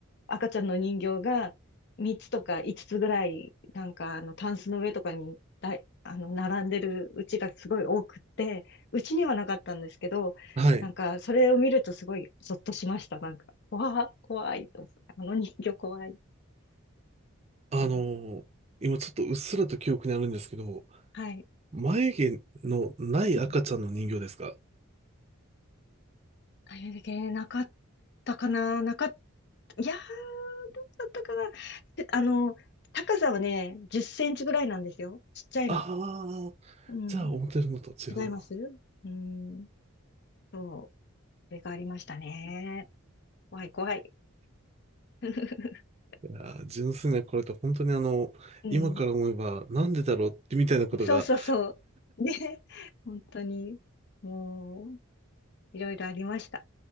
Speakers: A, on the left (about 50°); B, on the right (about 30°).
A: 赤ちゃんの人形が3つとか5つつぐらい、なんかあの、タンスの上とかにだい、あの、並んでるうちがすごい多くって、うちにはなかったんですけど、
B: はい。
A: なんか、それを見るとすごいゾッとしました。なんか、わあ、怖いと思って。あの人形怖い。えー
B: あの今ちょっとうっすらと記憶にあるんですけど、
A: はい。
B: 眉毛のない赤ちゃんの人形ですか
A: うんあれだけなかったかな、なかった、いやー、だったかな。であの、高さはね、10センチぐらいなんですよ。ちっちゃいの。
B: ああー、
A: うん。
B: じゃあ思ってるのと違うな。
A: 違いますうん。そう。それがありましたね。怖い怖い。<laughs>
B: いやー純粋なこれと本当にあの、
A: うん。
B: 今から思えばなんでだろうってみたいなことが
A: そうそうそう。ね。本当に、もう、いろいろありました。